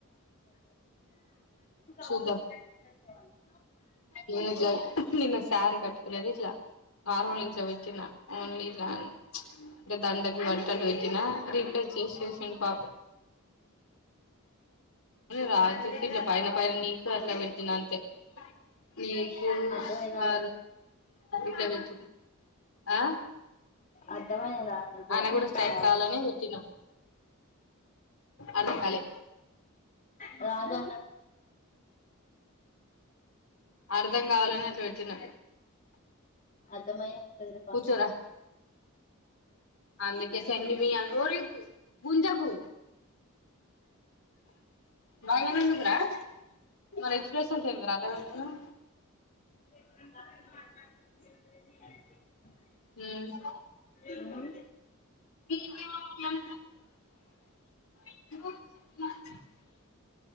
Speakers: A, on the left; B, on the left.
A: చూద్దాం
B: <inaudible>
A: నేను ఇలా నిన్న సారీ కట్కునే అద ఇ నార్మలి ఇట్టా పెట్టు <unintelligible> అంటే దండకి వంటలు పెట్టినా రీప్లేస్ చేసి చుసిడి పాప రాజుకి ఇలా పైన పైన నీకు అట్లా పెట్టినా అంతే నీకు
B: అర్థమైనాల
A: అ ఇలా పెట్టి ఆ
B: అర్థమైనదా అ నికూడా
A: ఆయన కూడా స్ట్రైక్
B: రాజా
A: కావాలని పెట్టినా అర్థం కాలే
B: అ <unintelligible> నాదా
A: అర్థం కావాలనే అట్ తిన్న
B: అర్థమయ్యే ఉంటదిలే పాపం
A: కూర్చోరా అందుకె సెండ్ మీ. ఒరేయ్ గుంజాకు భయమెందుకు రా మరీ ఎక్స్ప్రెషన్స్ ఏందిరా అట్లా పెడతానవు
B: <inaudible>
A: హు
B: ఉహు
A: <unintelligible> మ్